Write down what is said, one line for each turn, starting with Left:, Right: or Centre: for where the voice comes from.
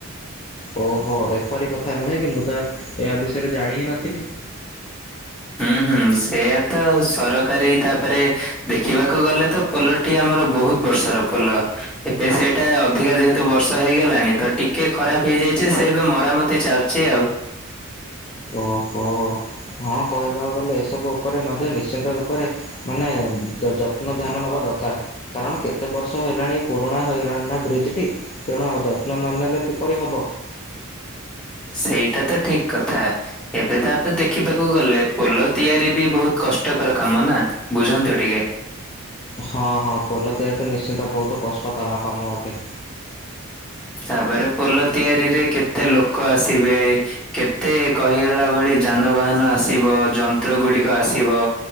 Left: ଓହୋ ଏପରି କଥା ନୁହେଁ କି ମୁଁ ତ ଏହା ବିଷୟରେ ଜାଣି ହିଁ ନଥିଲି।
Centre: ହୁଁ ହୁଁ ସେଇଆା ତ ସରକାରୀ ତାପରେ ଦେଖିବାକୁ ଗଲେ ତ ପୋଲ ଟି ଆମର ବହୁତ ବର୍ଷର ପୋଲ ଏବେ ସେଇଟା ଅଧିକା ଯେହେ ତୁ ବର୍ଷ ହେଇଗଲାଣି ତ ଟିକେ ଖରାପ ହେଇଯାଇଛି ସେ ଏବେ ମରାମତି ଚାଲିଛି ଆଉ।
Left: ଓହୋ ହଁ କହିବାକୁ ଗଲେ ଏସବୁ ଉପରେ ମଧ୍ୟ ନିଶ୍ଚିନ୍ତ ରୂପରେ ମାନେ ଯତ୍ନ ଧ୍ୟାନ ନବା ଦରକାର। କାରଣ କେତେ ବର୍ଷ ହେଲାଣି ପୁରୁଣା ହେଇଗଲାଣି ନା ବ୍ରିଜ ଟି। ତେଣୁ ଆଉ ଯତ୍ନ ନନେଲେ କିପରି ହବ।
Centre: ସେଇଟା ତ ଠିକ କଥା ଏବେ ତାପରେ ଦେଖିବାକୁ ଗଲେ ପୋଲ ତିଆରି ବି ବହୁତ କଷ୍ଟକର କାମ ନା ବୁଝନ୍ତୁ ଟିକେ।
Left: ହଁ ହଁ ପୋଲ ତିଆରି ତ ନିଶ୍ଚିନ୍ତ ବହୁତ କଷ୍ଟକର କାମ ଅଟେ।
Centre: ତାପରେ ପୋଲ ତିଆରିରେ କେତେ ଲୋକ ଆସିବେ କେତେ କହିଗଲା ଭଳି ଯାନବାହାନ ଆସିବ ଯନ୍ତ୍ରଗୁଡ଼ିକ ଆସିବ।